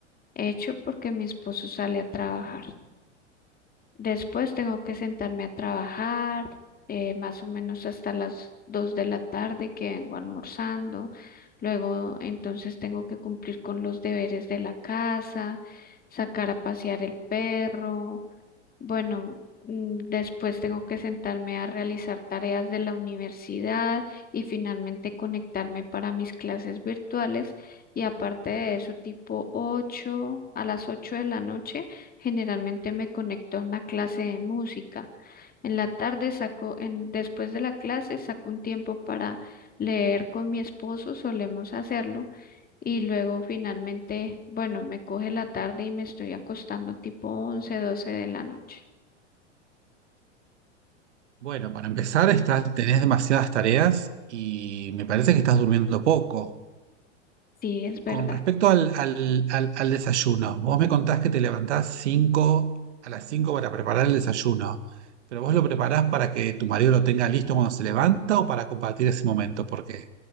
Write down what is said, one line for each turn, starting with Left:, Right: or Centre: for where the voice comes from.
Left: hecho porque mi esposo sale a trabajar. Después tengo que sentarme a trabajar, eh, más o menos hasta las 2 de la tarde que vengo almorzando. Luego, entonces, tengo que cumplir con los deberes de la casa, sacar a pasear el perro bueno, mm, después tengo que sentarme a realizar tareas de la universidad y finalmente conectarme para mis clases virtuales. Y aparte de eso, tipo 8, a las 8 de la noche, generalmente me conecto a una clase de música. En la tarde saco, en, después de la clase, saco un tiempo para leer con mi esposo, solemos hacerlo. Y luego finalmente, bueno, me coge la tarde y me estoy acostando tipo 11, 12 de la noche.
Right: Bueno, para empezar, estás, tenés demasiadas tareas y me parece que estás durmiendo poco.
Left: Sí, es verdad,
Right: Con respecto al, al- al- al desayuno, vos me contás que te levantás 5 a las 5 para preparar el desayuno, pero vos lo preparás para que tu marido lo tenga listo cuando se levanta o para compartir ese momento, porque